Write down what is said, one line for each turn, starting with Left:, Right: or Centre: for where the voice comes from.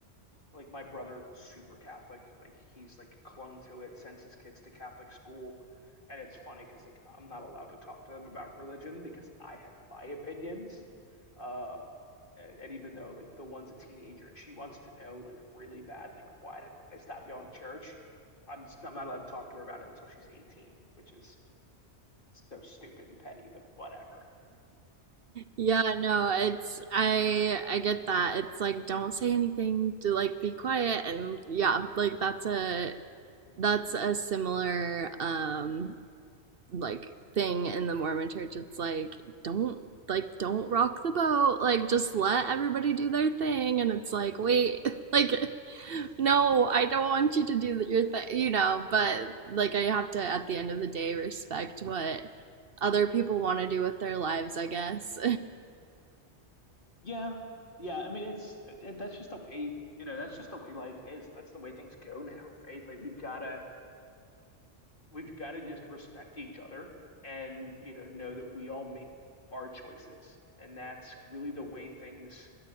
Left: like my brother, super Catholic. Like he's like clung to it, sends his kids to Catholic school. And it's funny because like I'm not allowed to talk to them about religion because I have my opinions. Uh, and, and even though like the one's a teenager and she wants to know like really bad like why did I stop going to church? I'm I'm not allowed to talk to her about it until she's 18, which is so stupid and petty, but whatever.
Right: Yeah, no, it's I I get that. It's like don't say anything to like be quiet and yeah, like that's a that's a similar um like thing in the Mormon church. It's like don't like don't rock the boat. Like just let everybody do their thing and it's like wait, <laughs> like no, I don't want you to do your thing, you know, but like I have to at the end of the day respect what other people want to do with their lives, I guess.
Left: Yeah. Yeah. I mean, it's it, that's just the way, You know, that's just the way life is. That's the way things go now, right? Like we've gotta we've gotta just respect each other and, you know, know that we all make our choices. And that's really the way things